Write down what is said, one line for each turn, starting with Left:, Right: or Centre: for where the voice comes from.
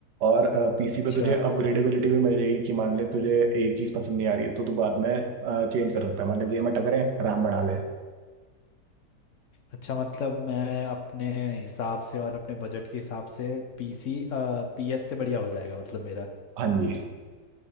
Right: और पीसी
Left: अच्छा
Right: पे तुझे अपग्रेडेबिलिटी भी मिल जाएगी कि मान ले तुझे एक चीज पसंद नहीं आ रही है तो तू बाद में चेंज कर सकता है मान ले गेम में टकरे रैम बढ़ा ले
Left: अच्छा मतलब मैं अपने हिसाब से और अपने बजट के हिसाब से पीसी पीएस से बढ़िया हो जाएगा मतलब मेरा
Right: हाँ जी